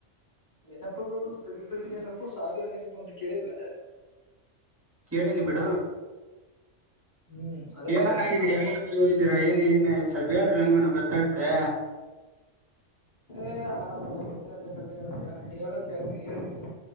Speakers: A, on the left; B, on the right.
A: ನೆನಪುಗಳು ಸವಿ ಸವಿ ನೆನಪು ಸಾವಿರ ನೆನಪು ಅಂತ ಕೇಳಿಲ್ವಾ
B: ಕೇಳೇನಿ ಬಿಡು
A: ಹ್ಮ್ ಅದೇ
B: ಏನನ್ಗಿದೀ
A: ತರನೇ
B: ಯಾವೋ ಇದ್ದೀರಾ ಏನ ಏನ್ ಸ್ವಲ್ಪ ಹೇಳಿರಿ ನಮಗನು ಗೊತ್ತಾಗತ್ತೆ
A: ಏಡ ಬೇಕಾದ್ರೆ ಹೇಳು ಕೇಳ್ತೀನಿ ಹೇಳ್ತೀನಿ